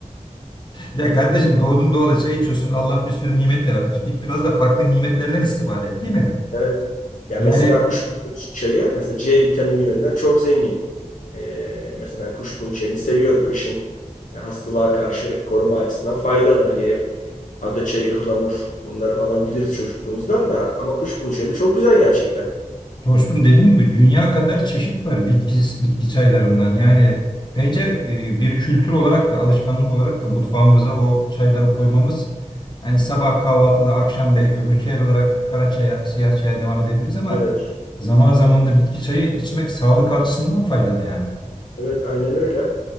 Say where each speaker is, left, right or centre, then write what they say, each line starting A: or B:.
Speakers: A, on the left; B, on the left.
A: Ya kardeşim doğdun doğalı çay içiyorsun. Allah bir sürü nimet yaratmış. Git biraz da farklı nimetlerden istifade et değil mi?
B: evet. Ya
A: Yani
B: mesela kuşburnu çayı mesela C vitamini yönünden çok zengin. E, mesela ben kuşburnu çayını seviyorum kışın. ya hastalığa karşı koruma açısından faydalı. Hani hep ada çayı, ıhlamur bunları falan biliriz çocukluğumuzdan da ama kuşburnu çayı da çok güzel gerçekten.
A: Dostum dediğin gibi dünya kadar çeşit var bitki, bitki çaylarından. Yani bence e, bir kültür olarak da alışkanlık olarak da mutfağımıza o çayları koymamız hani sabah kahvaltıda akşam belki ritüel olarak kara çaya, siyah çaya devam edebiliriz ama
B: Evet.
A: zaman zaman da bitki çayı içmek sağlık açısından faydalı yani.
B: Evet aynen öyle.